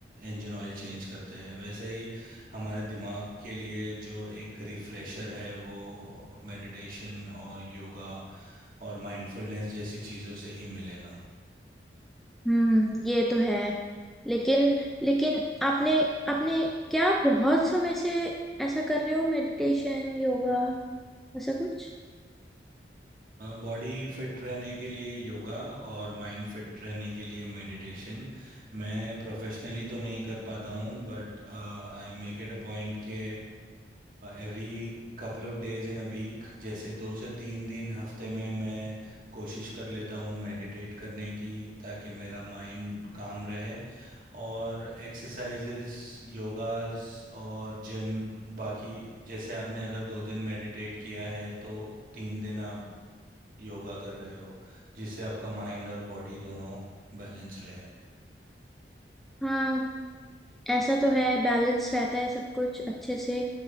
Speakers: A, on the right; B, in the centre.
A: इंजन ऑयल चेंज करते हैं वैसे ही हमारे दिमाग के लिए जो एक रिफ्रेशर है वो मेडिटेशन और योगा और माइंडफुलनेस जैसी चीज़ों से ही मिलेगा
B: हम्म ये तो है लेकिन लेकिन आपने आपने क्या बहुत समय से ऐसा कर रहे हो मेडिटेशन योगा ऐसा कुछ
A: बॉडी फिट रहने के लिए योगा और माइंड फिट रहने के लिए मेडिटेशन मैं प्रोफेशनली तो नहीं कर पाता हूँ but I make it a point के every couple of days in a week जैसे दो से तीन दिन हफ्ते में मैं कोशिश कर लेता हूँ मेडिटेट करने की ताकि मेरा माइंड काम रहे और एक्सरसाइजेस योगास और जिम बाकी जैसे आपने अगर दो दिन मेडिटेट किया है तो तीन दिन आप योगा कर रहे हो जिससे आपका माइंड और बॉडी दोनों बैलेंस रहे
B: हाँ ऐसा तो है बैलेंस रहता है सब कुछ अच्छे से